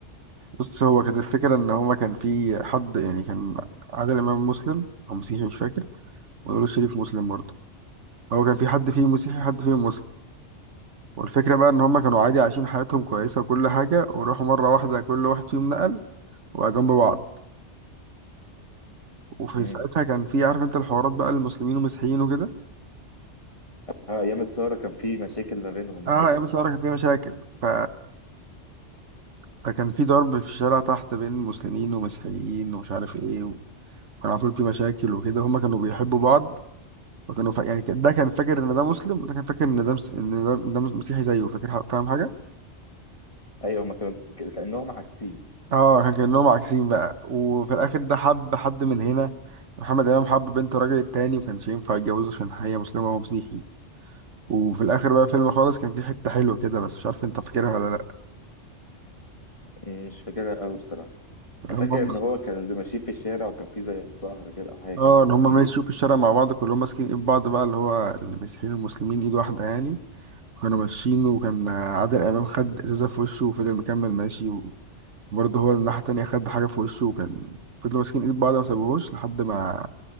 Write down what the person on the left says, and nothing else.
امم
آه أيام الثورة كان في مشاكل ما بينهم
وكده
أيوة هما كانوا ك- كأنهم عاكسين
مم، مش فاكرها أوي بصراحة
أنا
فاكر إن هو كان زي ماشيين في الشارع وكان في زي مظاهرة كده أو حاجة كده
تقريبا